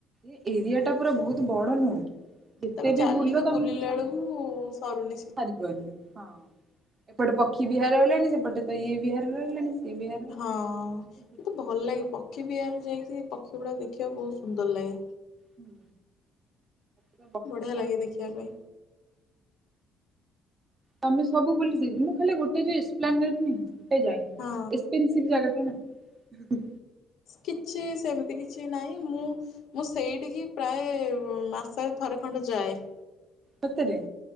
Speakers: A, on the right (about 30°); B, on the left (about 70°).
A: ଏ ଏରିଆ ଟା ପୁରା ବହୁତ ବଡ ନୁହଁକି? ଯେତେ
B: ତାକୁ
A: ବି
B: ଚାଲିକି
A: ବୁଲ ତୋମେ
B: ବୁଲିଲା
A: ବି ସାରିପାରିବନି,
B: ବେଳକୁ ସରୁନି ସେ
A: ସାରି ହଁ ଏପଟେ ପକ୍ଷୀ ବିହାର ରହିଲାଣି, ସେପଟେ ତ ଇଏ ବିହାର ରହିଲାଣି। ସିଏ ବିହାର ରହିଲାଣି।
B: ହଁ
A: ଯେତେ
B: କିନ୍ତୁ ଭଲ
A: ବୁଲ
B: ଲାଗେ ପକ୍ଷୀ ବିହାର ଯାଇକି ପକ୍ଷୀ ଗୁଡ଼ାକ ଦେଖିବାକୁ ବହୁତ ସୁନ୍ଦର ଲାଗେ।
A: ହୁଁ, ହଁ।
B: ବଢିଆ ଲାଗେ ଦେଖିବା ପାଇଁ।
A: ତୋମେ ସବୁ ବୁଲି ଦେଇଚ, ମୁଁ ଖାଲି ଗୁଟେ ଯେ ଇସପ୍ଲାନେଟ୍ ନୁହଁ ସେ ଯାଇନି,
B: ହଁ
A: ଏସପେନ୍ସିଭ୍ ଜାଗା ଟା ନା।
B: କିଛି ସେମିତି କିଛି ନାହିଁ ମୁଁ ମୁଁ ସେଇଠିକି ପ୍ରାୟ ଉ, ମାସରେ ଥରେ ଖଣ୍ଡେ ଯାଏ।
A: ସତରେ?